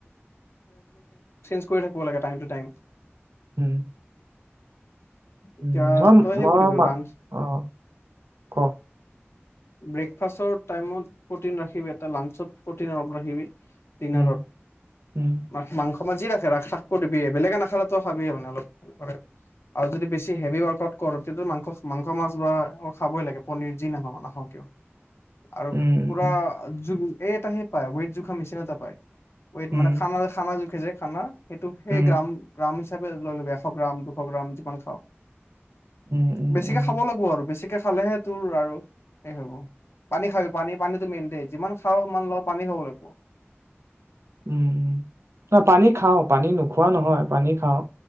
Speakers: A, on the left; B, on the right.
A: থ ল
B: উম,
A: এতিয়া
B: উম, ম,
A: তই সেই
B: মম
A: কৰিবি লাঞ্চ
B: অ', ক?
A: ব্ৰেকফাষ্টৰ টাইমত প্ৰ'টিন ৰাখিবি এটা লাঞ্চত প্ৰটিন অলপ ৰাখিবি। দিনাৰত
B: উম উম
A: মা মাংস তমান যি ৰাখে ৰা থাক দিবি বেলেগে নাখালাো খাবি মানে অলপ। আৰু যদি বেছি হেভি ৱৰ্কআউট কৰো। <unintelligible> মাংস মাংস মাছ বা খাবই লাগে পনীৰ যি নাও নাখাওঁ কিয়। আৰু
B: উম
A: পুৰা
B: উম
A: <unintelligible> এই এটাহে পায় ৱেইট জোখা মেচিন এটা পায়। ওৱেট
B: উম
A: মানে খানা খানা য। <unintelligible> খানা। সেইটো সেই
B: উম
A: গ্ৰাম গ্ৰাম। <unintelligible> লৈ লবি এশ গ্ৰাম দুশ গ্ৰাম। অকণমান খাওঁ।
B: উম উম
A: বেছিকে
B: উম
A: খাব লাগব আৰু বেছিকে। খালেহে তোৰ আৰু এই হ'ব পানী খাবি পানী পানীটো মেইন দেই যিমান খাওঁ সিমান ল পানী খাব লাগিব।
B: উম ন পানী খাওঁ পানী নোখোৱা নহয়। পানী খাওঁ